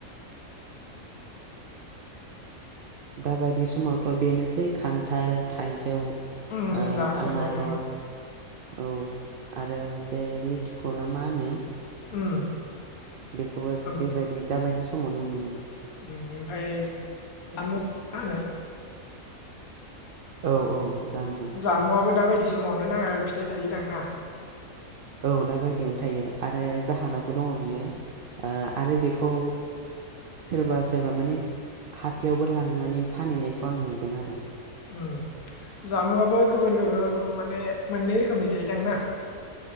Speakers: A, on the right; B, on the left.
A: दाबादि समावथ' बेनोसै खान्थाल थाइजौ ओ
B: उम दा समाव
A: आनार'स औ आरो बे लि थिख'ना मा होनो?
B: <inaudible>
A: बेखौबो
B: ओमफ्राय
A: बेबादि दाबादि स समावनो मोनो।
B: ओमफाय जामु मा होनो?
A: औ औ। जामबुं
B: जामुवाबो दाबायदि समावनो नाङा फिथाइ थायोदांना?
A: औ दाबादियावनो थायो आरो जाहानावबो दङ बियो। ओ आरो बेखौ सोरबा सोरबा माने हाथायावबो लांनानै फानहैनायखौ आं नुदों आरो।
B: उम जामुआबो गोबोन गोबोन माने मोननै रोखोमनि थायोदां ना?